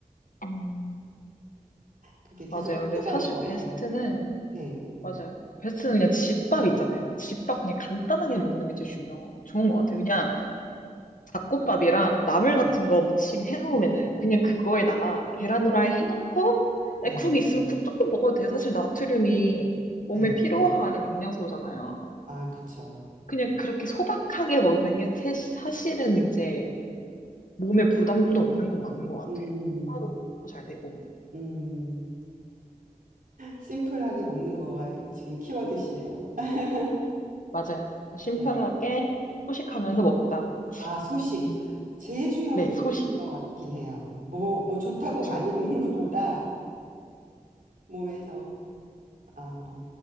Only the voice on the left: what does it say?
음.
맞아요.
근데 사실
베스트는
맞아요. 베스트는 그냥 집밥 있잖아요. 집밥 그냥 간단하게 먹는 게 제일 중요, 좋은 것 같아요. 그냥 잡곡밥이랑 나물 같은
거 무침 해놓으면은 그냥 그거에다가 계란 후라이 해놓고
에, 국 있으면 국 조금 먹어도 돼. 사실 나트륨이 몸에
필요한 영양소잖아요.
그냥 그렇게 소박하게 먹는 게 세- 사실은 이제 몸에 부담도 없는 건 맞는 것 같아요.
소화도 잘 되고.
맞아요. 심플하게
소식하면서 먹자.
네,
네,
소식.
그쵸.